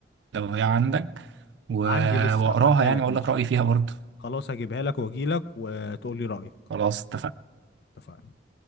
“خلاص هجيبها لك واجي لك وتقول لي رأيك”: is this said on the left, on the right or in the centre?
Left